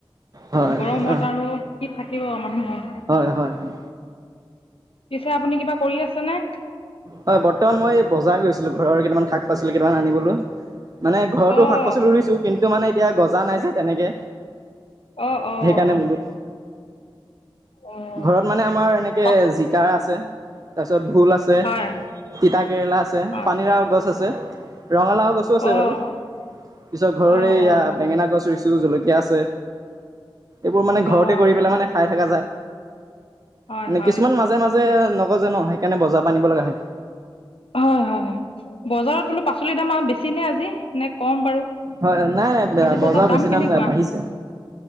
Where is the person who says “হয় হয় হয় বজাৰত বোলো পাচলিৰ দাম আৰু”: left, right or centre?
Left